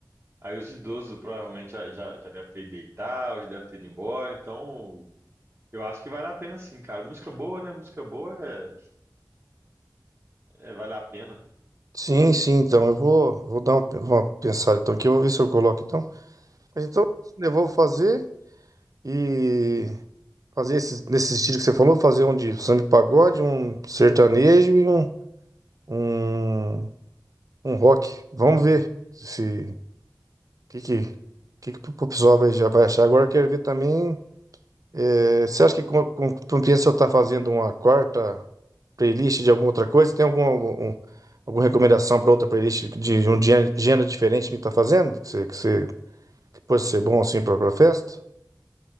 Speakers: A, on the right (about 30°); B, on the right (about 50°).
A: aí os idosos provavelmente já, já, já deve ter ido deitar, ou já deve ter ido embora, então eu acho que vale a pena sim, cara. Música boa, né? Música boa é, é- vale a pena.
B: Sim, sim, então eu vou, vou dar uma, uma pensada então aqui, eu vou ver se eu coloco então. Mas então, eu vou fazer e... Fazer esses, nesse estilo que você falou, fazer um de samba e pagode, um sertanejo e um, um, um rock. Vamos ver se que que, que, que o pessoal vai, já vai achar. Agora eu quero ver também. eh, você acha que com, com, compensa eu estar fazendo uma quarta playlist de alguma outra coisa? Tem algum algum- um, alguma recomendação para outra playlist de, de um gê- gênero diferente que está fazendo? Que, você, que, você, que pode ser bom assim para a festa?